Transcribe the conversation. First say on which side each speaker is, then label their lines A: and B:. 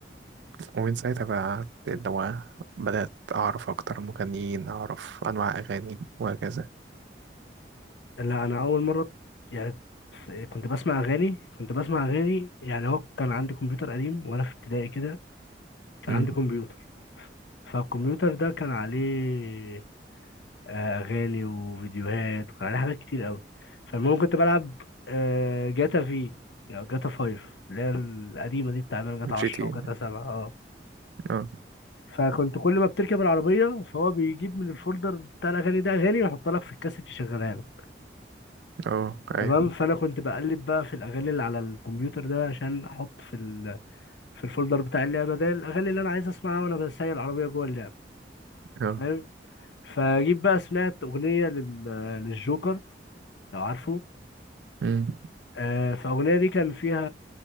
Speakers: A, on the right; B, on the left.
A: ومن ساعتها بقى اللي هو بدأت أعرف أكتر مغنيين أعرف أنواع أغاني وهكذا
B: لا انا اول مره يعني كنت بسمع اغاني كنت بسمع اغاني يعني هو كان عندي كمبيوتر قديم وانا في ابتدائي كده كان
A: مم.
B: عندي كمبيوتر فالكمبيوتر ده كان عليه آه، اغاني وفيديوهات وكان عليه حاجات كتير قوي فالمهم كنت بلعب آه، جاتا في يعني جاتا فايف اللي هي القديمه دي بتاع جاتا
A: جي
B: 10
A: تي
B: وجاتا
A: إيه.
B: 7 اه
A: اه
B: فكنت كل ما بتركب العربيه فهو بيجيب من الفولدر بتاع الاغاني ده اغاني ويحط لك في الكاسيت يشغلها لك
A: اه
B: تمام
A: ايوه
B: فانا كنت بقلب بقى في الاغاني اللي على الكمبيوتر ده عشان احط في ال... في الفولدر بتاع اللعبه ده الاغاني اللي انا عايز اسمعها وانا بسايق العربيه جوه اللعبه
A: اه
B: فاهم فجيت بقى سمعت اغنيه لل... للجوكر لو عارفه
A: امم
B: آه فالاغنيه دي كان فيها